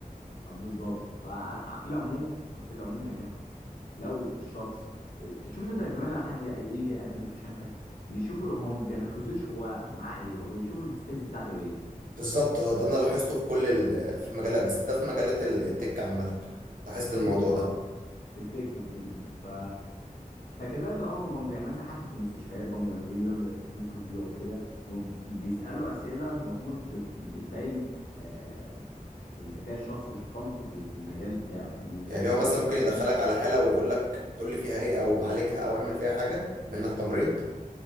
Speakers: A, on the left; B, on the right.
A: آه، بالظبط ففي العموم في العموم يعني لو الشخص شفت انت كمان لما حد بي- يجي يقدم في شنكه بيشوفوا هو ما بيركزوش هو معاه ايه هو بيشوفوا السكيلز بتاعته ايه
B: بالظبط اه ده انا لاحظته في كل ال... في مجالات بس ده في مجالات ال- التك عامة لاحظت
A: في التك
B: الموضوع
A: اه
B: ده
A: في التك في ال... ف... فكذلك الامر برضه يعني مثلا حتى في المستشفيات برضه لما بيجوا يعملوا انترفيو او كده هم بيسالوا اسئله المفروض بت... بتبين آه، ذكاء الشخص وشطارته في ال- في المجال بتاعه يعني
B: يعني هو
A: انا
B: مثلا
A: افتكر
B: ممكن يدخلك على حالة ويقول لك قول لي فيها ايه او عالجها او اعمل فيها حاجة منك تمريض